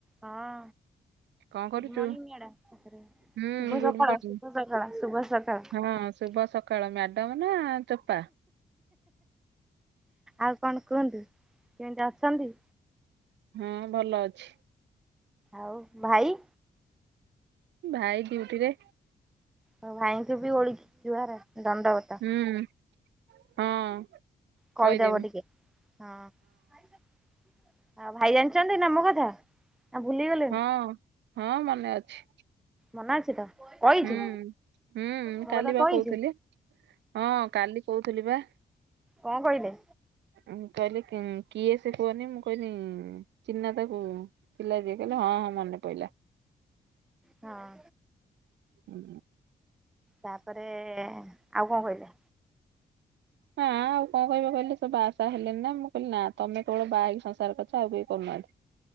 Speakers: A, in the centre; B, on the right.
A: ହଁ
B: କଣ କରୁଛୁ?
A: ଗୁଡ ମନିଂ ମାଡାମ
B: ହୁଁ
A: ଶୁଭ
B: ଗୁଡ୍
A: ସକାଳ
B: ମର୍ଣ୍ଣିଂ।
A: ଶୁଭ ସକାଳ ଶୁଭ ସକାଳ
B: ହଁ ଶୁଭ ସକାଳ ମ୍ୟାଡମ ନା ଚୋପା
A: ଆଉ କଣ କୁହନ୍ତୁ କେମିତି ଅଛନ୍ତି।
B: ହଁ ଭଲ ଅଛି
A: ଆଉ ଭାଇ
B: ଭାଇ ଡିଉଟିରେ
A: ଆଉ ଭାଇଙ୍କୁ ବି ଓଳକି ଜୁହାର ଦଣ୍ଡବତ
B: ହୁଁ ହଁ
A: କହିଦବ
B: କହିଦେମି
A: ଟିକେ ହଁ ଆଉ ଭାଇ ଜାଣିଛନ୍ତି ନା ମୋ କଥା ଆ ଭୁଲି ଗଲେଣି
B: ହଁ ହଁ ମନେ ଅଛି।
A: ମନେ ଅଛି ତ, କହିଛୁ
B: ହୁଁ ହୁଁ
A: ମୋ
B: କାଲି
A: କଥା
B: ବା
A: କହିଛୁ
B: କହୁଥିଲି ହଁ କାଲି କହୁଥିଲିବା।
A: କଁ କହିଲେ?
B: ଉଁ କହିଲେ କିଏସେ କୁହନି ମୁଁ କଇଁନି ଚିହ୍ନା ତାକୁ ଥିଲାଯିଏ କହିଲା ହଁ ହଁ ମନେ ପଇଁଲା।
A: ହଁ।
B: ହୁଁ।
A: ତାପରେ ଆଉ କଁ କହିଲା?
B: ହଁ କଣ କହିବ କହିଲେ ସେ ବା ଶା ହେଲେନିନା ମୁଁ କହିଲି ନା ତମେ କେବଳ ବାହାହେଇକି ସଂସାରିଚ ଆଉ କେହି କରୁନାହାନ୍ତି।